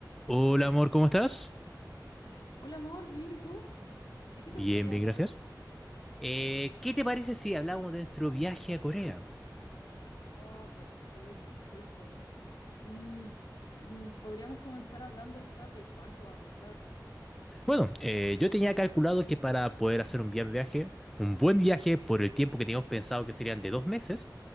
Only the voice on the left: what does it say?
Hola amor, bien, ¿y tú? ¿De qué
te gustaría
hablar
hoy?
Oh, perfecto, perfecto. Mm, mm, podríamos comenzar hablando quizás de cuánto va a costar.